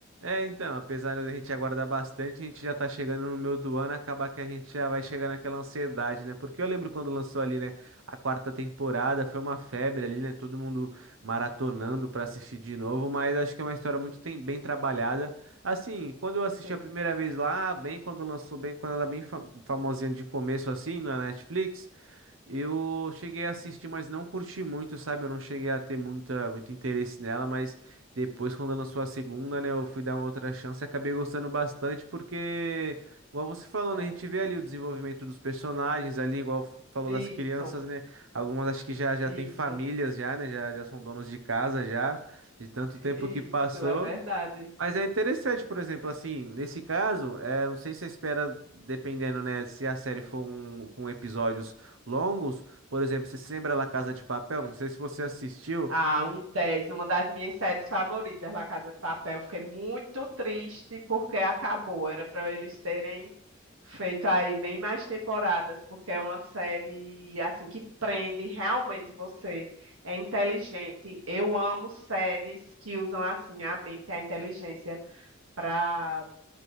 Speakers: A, on the right; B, on the right.
A: É, então, apesar da gente aguardar bastante, a gente já tá chegando no meio do ano, acaba que a gente já vai chegar naquela ansiedade, né? Porque eu lembro quando lançou ali, né, a quarta temporada, foi uma febre ali, né? Todo mundo maratonando pra assistir de novo, mas acho que é uma história muito tem- bem trabalhada. Assim, quando eu assisti
B: Sim.
A: a primeira vez lá, bem quando lançou, bem quando ela é bem fa- famosinha de começo assim na Netflix, Eu cheguei a assistir, mas não curti muito, sabe? Eu não cheguei a ter muita, muito interesse nela, mas depois, quando lançou a segunda, né, eu fui dar uma outra chance e acabei gostando bastante, porque, igual você falou,
B: É.
A: né, a gente vê ali o desenvolvimento dos personagens ali, igual f- falou
B: Isso,
A: das crianças, né? Algumas acho que já, já
B: isso,
A: têm famílias já, né? Já, já são donos de casa já, de tanto tempo
B: isso,
A: que passou.
B: é verdade.
A: Mas é interessante, por exemplo, assim, nesse caso, é, não sei se você espera, dependendo, né, se a série for um, com episódios longos, por exemplo, você se lembra La Casa de Papel? Não sei se você assistiu,
B: Ah, um 10. uma das minhas séries favoritas, La Casa de Papel. Fiquei muito triste porque acabou. Era para eles terem feito aí bem mais temporadas, porque é uma série assim que prende realmente você. É inteligente. Eu amo séries que usam assim a mente, a inteligência para